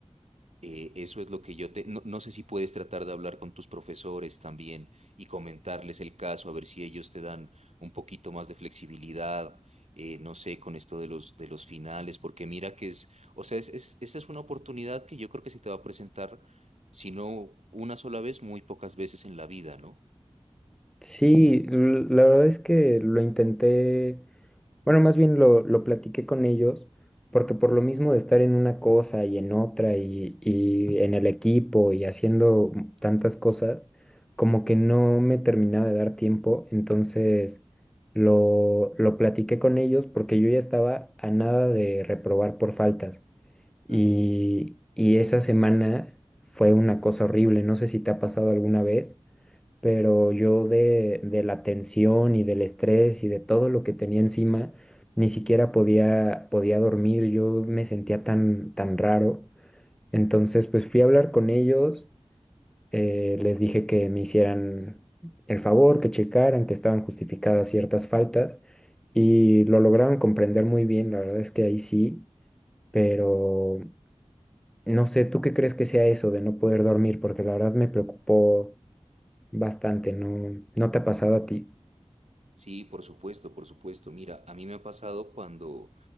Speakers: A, on the right; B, in the centre.
A: Eh, eso es lo que yo te... No, no sé si puedes tratar de hablar con tus profesores también y comentarles el caso, a ver si ellos te dan un poquito más de flexibilidad, eh, no sé, con esto de los, de los finales, porque mira que es, o sea, es, es- esta es una oportunidad que yo creo que se te va a presentar, si no una sola vez, muy pocas veces en la vida, ¿no?
B: Sí, l- la verdad es que lo intenté. Bueno, más bien lo, lo platiqué con ellos, porque por lo mismo de estar en una cosa y en otra y, y en el equipo y haciendo tantas cosas, como que no me terminaba de dar tiempo, entonces lo, lo platiqué con ellos porque yo ya estaba a nada de reprobar por faltas.
A: Claro.
B: Y, y esa semana fue una cosa horrible, no sé si te ha pasado alguna vez pero yo de, de la tensión y del estrés y de todo lo que tenía encima, ni siquiera podía, podía dormir, yo me sentía tan, tan raro. Entonces, pues fui a hablar con ellos, eh, les dije que me hicieran el favor, que checaran que estaban justificadas ciertas faltas y lo lograron comprender muy bien, la verdad es que ahí sí, pero no sé, ¿tú qué crees que sea eso de no poder dormir? Porque la verdad me preocupó bastante, ¿no? ¿No te ha pasado a ti?
A: Sí, por supuesto, por supuesto. Mira, a mí me ha pasado cuando,